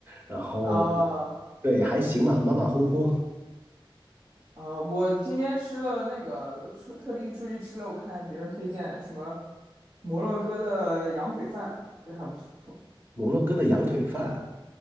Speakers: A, on the right (about 25°); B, on the right (about 45°).
A: 然后
B: 啊
A: 对还行吧，马马虎虎。
B: 啊、我今天吃了那个出特地出去吃了，我看别人推荐什么摩洛哥的羊腿饭，我觉得还不错。
A: 摩洛哥的羊腿饭啊